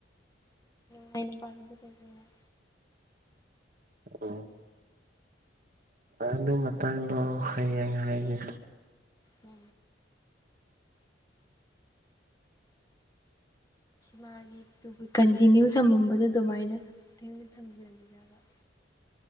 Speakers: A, on the left (about 20°); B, on the right (about 45°).
A: ꯃꯥꯏ ꯅꯨꯄꯥ <unintelligible>
B: ꯎꯝ ꯑꯗꯨ ꯃꯇꯥꯡꯗꯣ ꯍꯌꯦꯡ ꯍꯥꯏꯒꯦ
A: ꯎꯝ ꯃꯥꯒꯤ ꯇꯨ ꯀꯟꯇꯤꯅ꯭ꯌꯨ ꯊꯝꯃꯝꯕꯗꯨ ꯗꯨꯃꯥꯏꯅ ꯑꯩꯉꯣꯟ ꯊꯝꯖꯤꯟꯒꯤꯔꯥꯕ <inaudible>